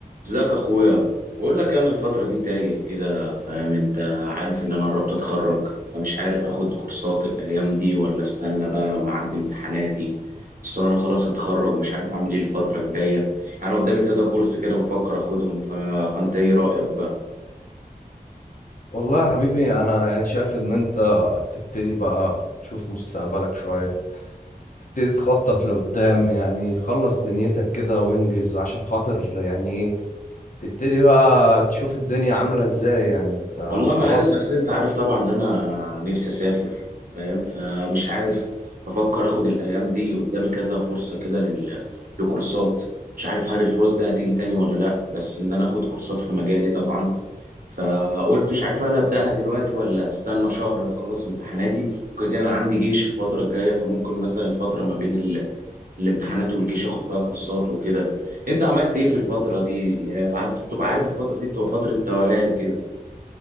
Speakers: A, on the right; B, on the left.
A: ازيك اخويا بقول لك انا الفتره دي تايه كده فاهم انت عارف ان انا قربت اتخرج فمش عارف اخد كورسات الايام دي ولا استنى بقى لما اعدي امتحاناتي اصل انا خلاص هتخرج ومش عارف اعمل ايه الفتره الجايه يعني قدامي كذا كورس كده بفكر اخدهم ف... فانت ايه رايك بقى
B: والله يا حبيبي انا يعني شايف ان انت تبتدي بقى تشوف مستقبلك شوية تبتدي تخطط لقدام يعني خلص دنيتك كده وانجز عشان خاطر يعني ايه تبتدي بقى تشوف الدنيا عاملة ازاي يعني انت
A: والله
B: خلاص
A: ما عارف بس انت عارف طبعا ان انا نفسي اسافر فاهم فمش عارف بفكر اخد الايام دي قدامي كذا فرصة كده لل... لكورسات مش عارف هل الفرص دي هتيجي تاني ولا لا بس ان انا اخد كورسات في مجالي طبعا فقلت مش عارف هل ابداها دلوقتي ولا استنى شهر اخلص امتحاناتي وكده كده انا عندي جيش الفترة الجاية فممكن مثلا الفترة ما بين ال... الامتحانات والجيش اخد فيها كورسات وكده انت عملت ايه في الفترة دي اللي هي قعدت بتبقى عارف الفترة دي بتبقى فترة توهان كده